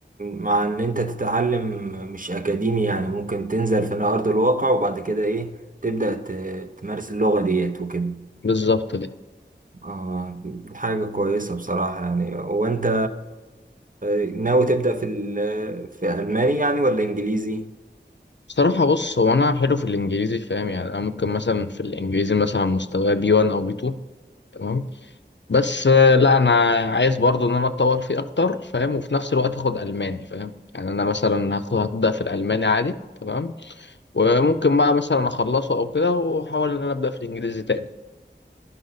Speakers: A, on the right; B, on the left.
A: مع ان انت تتعلم مش اكاديمي يعني ممكن تنزل في ارض الواقع وبعد كده ايه تبدأ ت... تمارس اللغة ديت وكده
B: بالظبط
A: اه حاجة كويسة بصراحة يعني وانت آه، ناوي تبدأ في ال- في ألماني يعني ولا إنجليزي؟
B: بصراحة بص هو أنا حلو في الإنجليزي فاهم يعني أنا ممكن مثلا في الإنجليزي مثلا مستوى بي 1 أو بي 2 تمام بس آه، لا أنا عايز برضو إن أنا أتطور فيه أكتر فاهم وفي نفس الوقت أخد ألماني فاهم يعني أنا مثلا هاخد هبدأ في الألماني عادي تمام وممكن
A: مم.
B: بقى مثلا أخلصه أو كده وأحاول إن أنا أبدأ في الإنجليزي تاني